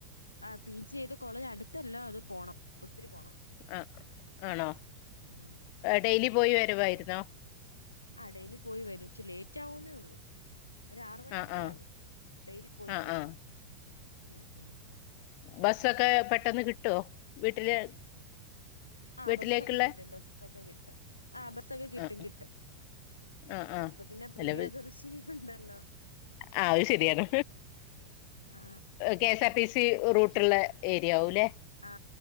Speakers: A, on the left (about 80°); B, on the left (about 45°).
A: ആ പി ജി ചെയ്ത് കോളേജ് അടു- ഇതല്ല അത് പോണം ഒത്തിരി പോണം
B: ആ ആണോ
A: ഉം
B: ഡെയിലി പോയി വരുവായിരുന്നോ
A: ആടെയിലി പോയി വരുച്ചച്ച് ലേറ്റ് ആവുന്നേ ഉള്ളൂ ഒ ആറ മണിയൊക്കെ
B: ആ ആ
A: ആകും ടയിലി പോയി
B: ആ
A: വരും
B: ആ
A: ഉം ഉ
B: ബസ്സൊക്കെ പെട്ടന്ന് കിട്ടുവോ വീട്ടില്
A: ആഹ്
B: വീട്ടിലേക്കുള്ള
A: ബസ്സൊക്കെ കിട്ടും ബസ്സൊക്കെ കിട്ടും ആ ബസ്സൊക്കെ കിട്ടും
B: ആ
A: കിട്ടും
B: ആ ആ
A: ഇപ്പൊ പിന്നെ പ്രിയദർശിനി
B: അല്ല
A: ഉണ്ടല്ലോ
B: ആ അത് ശരിയാണ്
A: ആ
B: കെഎസ് ആർടി സ- സി റൂട്ടുള്ള ഏരിയ ആകും അല്ലേ
A: ആ